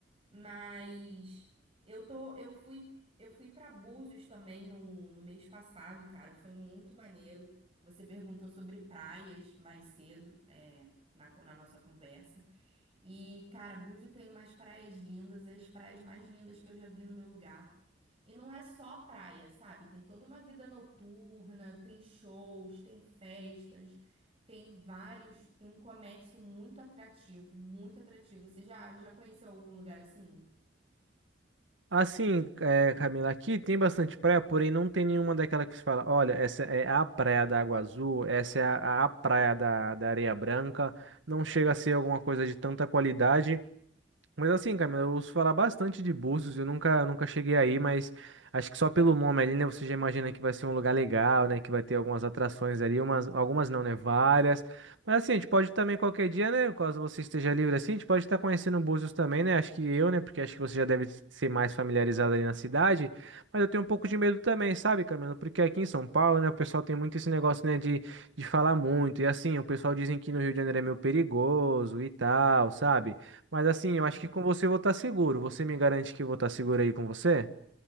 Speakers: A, on the right; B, on the right.
A: Mas eu tô, eu fui, eu fui para Búzios também no, no mês passado, cara. Foi muito maneiro. Você perguntou sobre praias mais cedo, é, na, co- na nossa conversa. E, cara, Búzios tem umas praias lindas, as praias mais lindas que eu já vi no meu lugar. E não é só praia, sabe? Tem toda uma vida noturna, tem shows, tem festas. Tem vários, tem um comércio muito atrativo, muito atrativo. Você já, já conheceu algum lugar assim?
B: Assim, é, Camila, aqui tem bastante praia, porém não tem nenhuma daquela que se fala, olha, essa é a praia da Água Azul, essa é a, a praia da, da Areia Branca, não chega a ser alguma coisa de tanta qualidade. Mas assim, Camila, eu ouço falar bastante de Búzios, eu nunca, nunca cheguei aí, mas acho que só pelo nome ali, né, você já imagina que vai ser um lugar legal, né, que vai ter algumas atrações ali, umas, algumas não, né, várias. Mas assim, a gente pode também qualquer dia, né, caso você esteja livre assim, a gente pode estar conhecendo Búzios também, né, acho que eu, né, porque acho que você já deve ser mais familiarizado ali na cidade, mas eu tenho um pouco de medo também, sabe, Camila, porque aqui em São Paulo, né, o pessoal tem muito esse negócio, né, de, de falar muito, e assim, o pessoal dizem que no Rio de Janeiro é meio perigoso e tal, sabe? Mas assim, eu acho
A: Uhum.
B: que com você eu vou estar seguro. Você me garante que eu vou estar seguro aí com você?